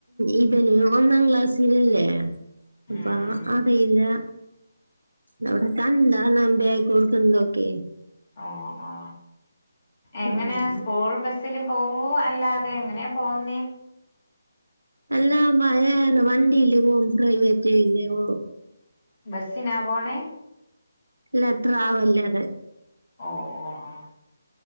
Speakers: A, on the right; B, on the left.
A: ഇത് ഒന്നാംക്ലാസ് റ്റിലില്ലെ അപ്പൊ
B: ഉം ഉം
A: ആ പേരിലാ അവിടെ കണ്ടാ നമ്പി ആയിക്കോളും ന്തൊക്കെ
B: ആ ആ എങ്ങനെ
A: ഉം
B: സ്കൂള് ബസിൽ പോ ഓ അല്ലാതെ എങ്ങനെ പോകുന്നേ
A: അല്ലാ മയ്യാർ വണ്ടീൽ പ്രൈവറ്റ് ഇല്ലേ പോ
B: ബസിനാ പോണേ
A: ഇല്ല ട്രാവല്ലറ്
B: ഏഹ് ഏഹ് ഏഹ്